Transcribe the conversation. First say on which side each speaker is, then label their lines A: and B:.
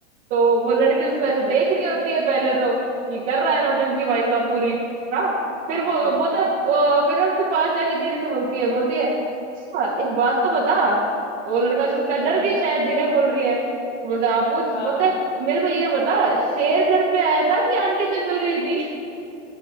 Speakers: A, on the right; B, on the left.
A: तो वो लड़की उसको ऐसे
B: अच्छा
A: देख रही होती है पहले तो कि कर रहा है नौटंकी भाई साहब पूरी हाँ फिर
B: हम्म
A: वो
B: हम्म
A: वो तो वो फिर उसके पास जाके धीरे से बोलती है बोलती है अच्छा एक बात तो बता तो वो लड़का सोचता है डर
B: हम्म
A: गई शायद धीरे बोल रही है तो बोलता है आप पूछ
B: हाँ
A: बोलता
B: हाँ
A: है
B: हाँ
A: मेरे को ये बता शेर घर पे आया था कि आंटी जंगल गई थी